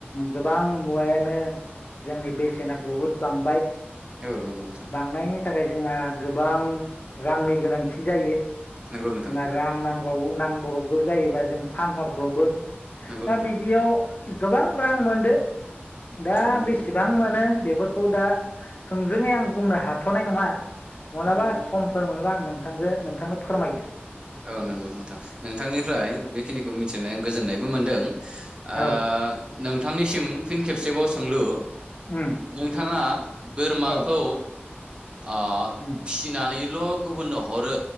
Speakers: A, on the left; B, on the right.
A: गोबां मुवायानो जोंनि बेसेना बुहुद बांबाय।
B: औ नंगौ नोंथां
A: बांनायनि थाखाय। जोंहा गोबां रांनि गोनांथि जायो
B: नंगौ नोंथां
A: जोंहा रां नां औ‌ नांबावगौ जायोबा जों फानहरब्रबो
B: नंगौ
A: दा
B: नोंथां
A: बिदियाव गोबां रांमोन बे दा
B: औ नंगौ
A: बेसेबां
B: नोंथां
A: मोनो बेबो खौ दा थोंजोङै आं बुंनो हाथ'नाय नङा मालाबा
B: औ नंगौ
A: समफोर मोनोबा आं नों नोंथांजो नोंथांनो फोरमायो
B: औ नंगौ नोंथां नोंथांनिफ्राय बेखिनिखौ मिथिनानै गोजोननायबो मोनदों आ
A: औ
B: नों थांनिसिम फिन खेबसेबाव सोंलु
A: उम
B: नोंथाङा बोरमाखौ
A: औ
B: आ
A: उम
B: फिसिनानै ल' गुबुननो हरो